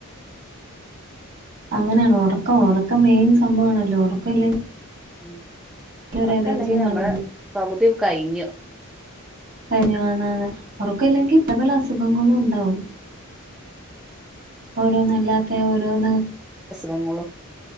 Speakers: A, on the right; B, in the centre.
A: അങ്ങനാണ് ഒറക്കം ഒറക്കം മെയിൻ സംഭവാണല്ലോ ഒറക്കം ഇല്ലെങ്കി
B: ഉം ഒറക്കല്ലെങ്കി
A: ഒരു എനർജിയും
B: നമ്മളെ
A: കാണത്തില്ല.
B: പഗുതി കയ്ഞു
A: കഴ്‌ഞ്ഞു വെന്നാണ് ഒറക്കില്ലെങ്കി പ്രപല അസുഖങ്ങളും ഉണ്ടാവും ഓരോന്ന് അല്ലാത്തെ ഓരോന്ന്
B: ഖങ്ങളും